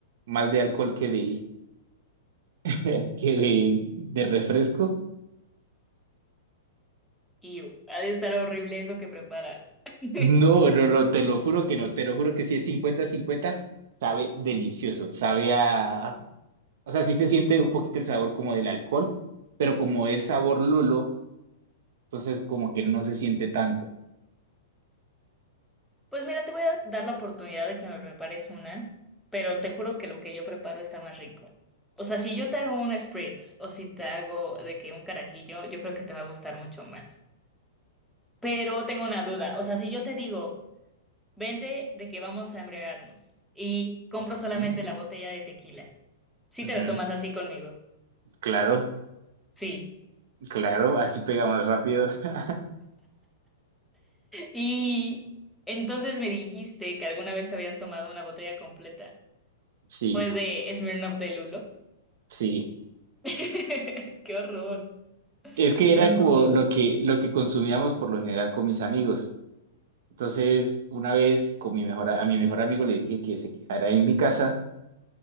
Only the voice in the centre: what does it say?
Y uh, ha de estar horrible eso que preparas. <laughs>
Pues mira, te voy a dar la oportunidad de que me prepares una, pero te juro que lo que yo preparo está más rico. O sea, si yo te hago una spritz o si te hago de que un carajillo, yo creo que te va a gustar mucho más. Pero tengo una duda, o sea, si yo te digo, vente de que vamos a embriagarnos y compro solamente
la botella de tequila, si
te la tomas así conmigo?
Sí. <laughs>
Y entonces me dijiste que alguna vez te habías tomado una botella completa.
¿Fue de Smirnoff de Lulo?
<laughs> ¡Qué horror!
Yo no,